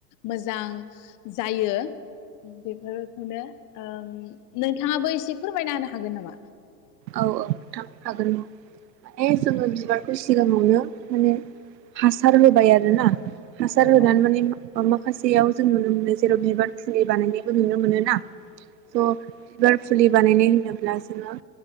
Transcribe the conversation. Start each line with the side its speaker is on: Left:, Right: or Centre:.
Left: मोजां जायो बेफोरखौनो ओम नोंथाङाबो एसे फोरमायना होनो हागोन नामा?
Right: औ-औ थां हागोन माने जोङो बिबारखौ सिगाङावनो माने हासार होबाय आरोना। हासार
Left: औ
Right: <unintelligible>
Left: औ
Right: माखासेयाव जों नुनो मोनो जेराव बिबार फुलि बानायनायबो नुनो मोनो ना । <unintelligible> फुलि बानायनाय होनोब्ला जोङो